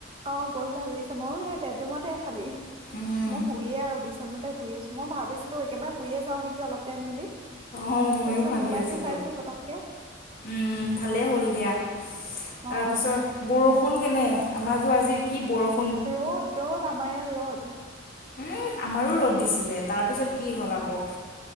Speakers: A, on the right; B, on the left.
A: অ পঢ়ি ভাল লাগিছে ময়ো সেই বেডৰুমতে খালী
B: উম
A: মই শুইয়ে আৰু বিচনাতে শুই আছো মই ভাবিছিলো। একবাৰ শুয়ে যাওঁ নেকি অলপ টাইম বুলি
B: অ ময়ো
A: তাৰপিছত
B: ভাবি
A: মোবাইলটো
B: আছিলো
A: চাইছো পতককে
B: উম ভালেই হ'ল দিয়া তাৰপিছত
A: অ
B: বৰষু শুন কেনে আমাৰ য আজি কি বৰষুণ
A: ৰ'দ ৰ'দ আমাৰ ইয়াত ৰ'দ
B: উম আমাৰো ৰ'দ দিছিলে তাৰ পিছত কি হ'ল আকৌ